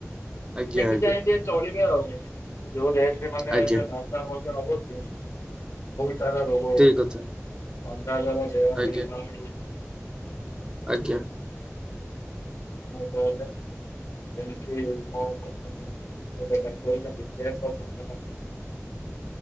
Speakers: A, on the right; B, on the left.
A: ଆଜ୍ଞା
B: ଦେଖି
A: ଆଜ୍ଞା
B: ଚାହିଁ ଟିକେ ଚଳିବେ ଆଉ ଯୋଉ ରେଟରେ ମାନେ
A: ଆଜ୍ଞା
B: ଏବେ <unintelligible> ବହୁତ ସାରା ରୋଗ ହଉଛି
A: ଠିକ କଥା
B: ଥଣ୍ଡା ଜର <unintelligible>
A: ଆଜ୍ଞା ଆଜ୍ଞା।
B: ହଉ ତାହେଲେ କେମିତି କଣ କରୁଛନ୍ତି? <unintelligible>